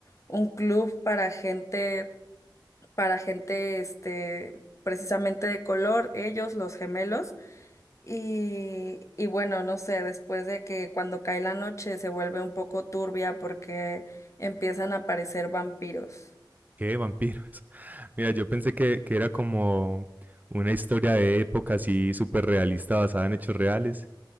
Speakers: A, on the left (about 40°); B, on the right (about 20°).
A: un club para gente para gente, este, precisamente de color, ellos, los gemelos. Y, y bueno, no sé, después de que cuando cae la noche se vuelve un poco turbia porque empiezan a aparecer vampiros.
B: ¿qué vampiros? <laughs> Mira, yo pensé que, que era como una historia de época así súper realista, basada en hechos reales,